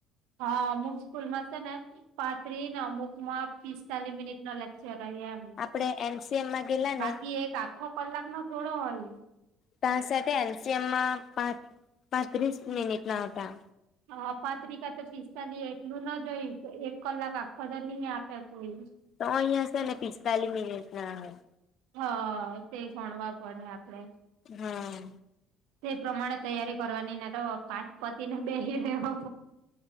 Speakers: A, on the right (about 85°); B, on the left (about 50°).
A: હા અમુક સ્કૂલમાં છે ને પાત્રી ને અમુક માં પિસ્તાલીસ મિનિટ નો લેક્ચર હોય
B: આપડે એમસીએમમાં ગેલા
A: બાકી
B: ને
A: એક આખો કલાક નો થોડો હોય
B: તા સે તે એલ સી એમમાં પા પાંત્રીસ મિનિટ ના હતા
A: હા પાત્રિકા તો પિસ્તાલી એટલું ના જોયું એક કલાક આખો તો નહી આપે કોઈ
B: તોહો અહીયા છે ને પિસ્તાલીસ મિનિટના હોય
A: હા તે ગણવા પડે આપડે
B: હા
A: તે પ્રમાણે તૈયારી કરવાની ને તો પાટ પતિ ને બેહી રેહો